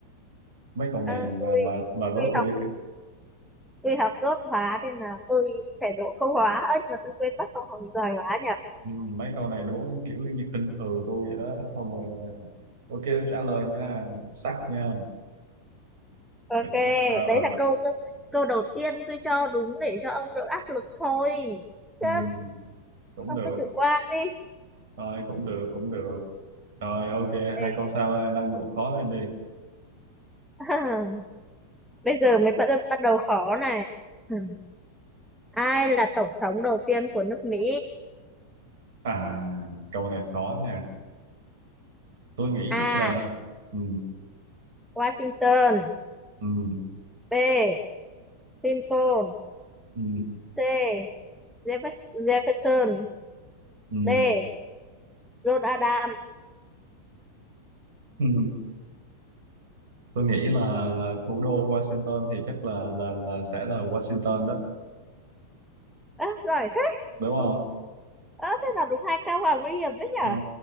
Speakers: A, on the right; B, in the centre.
A: mấy câu này
B: Ờ,
A: mà
B: tôi
A: mà mà đố
B: tôi
A: tôi
B: học tôi học đốt hóa nên là tôi phải đỗ câu hóa Ơ nhưng mà tôi quên mất câu hỏi giỏi hóa nhỉ
A: Ừ, mấy câu này đố kiểu như khinh thường tôi vậy đó xong rồi à, ok trả lời nha sắc nha
B: Ok
A: Vậy, à,
B: đấy là
A: vậy,
B: câu câu câu đầu tiên tôi cho đúng để cho ông đỡ áp lực thôi
A: ừ,
B: Chứ
A: cũng
B: ông
A: được
B: cứ chủ quan đi
A: thôi cũng được cũng được rồi ok hai
B: Ê,
A: câu sau nâng độ khó lên đi
B: <laughs> bây giờ mới bắt bắt đầu khó này Ừ. ai là tổng thống đầu tiên của nước Mỹ
A: à câu này khó nè tôi nghĩ
B: A.
A: chắc là ừ,
B: Washington
A: ừ,
B: B. Lincoln
A: ừ,
B: C. Jeffers- Jefferson
A: ừ,
B: D. John Adams
A: ừ. tôi nghĩ là là thủ đô Washington thì chắc là là là sẽ là Washington đó
B: Ơ, giỏi thế
A: đúng không
B: Ơ, thế là đúng hai câu là nguy hiểm đấy
A: Ờ,
B: nhở